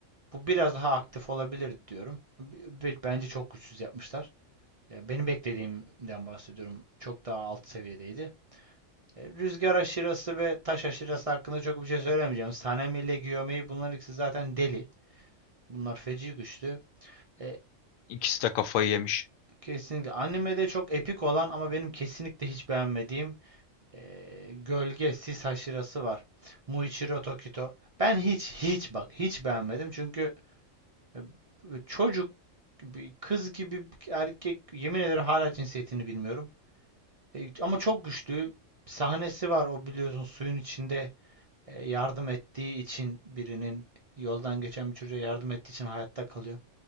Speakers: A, on the right (about 40°); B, on the left (about 90°).
A: bu biraz daha aktif olabilir diyorum. Bence çok güçsüz yapmışlar. E, Benim beklediğimden bahsediyorum. Çok daha alt seviyedeydi. E, Rüzgar aşırası ve taş aşırası hakkında çok bir şey söylemeyeceğim. Sanemi ile Gyomei bunlar ikisi zaten deli. Bunlar feci güçlü. E,
B: İkisi de kafayı yemiş.
A: kesinlikle animede çok epik olan ama benim kesinlikle hiç beğenmediğim e, Gölge Sis aşırası var. Muichiro Tokito. Ben hiç hiç bak hiç beğenmedim çünkü e, çocuk kız gibi erkek yemin ederim hala cinsiyetini bilmiyorum. E, ama çok güçlü. Sahnesi var o biliyorsun suyun içinde e, yardım ettiği için birinin yoldan geçen bir çocuğa yardım ettiği için hayatta kalıyor.